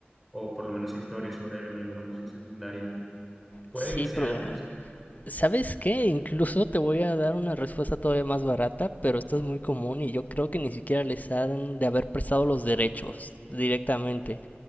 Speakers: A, in the centre; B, on the left.
A: o por lo menos historias sobre él en alguna misión secundaria. Puede
B: Sí,
A: que sea
B: pero
A: antes.
B: ¿Sabes qué? Incluso te voy a dar una respuesta todavía más barata, pero esta es muy común y yo creo que ni siquiera les han de haber prestado los derechos directamente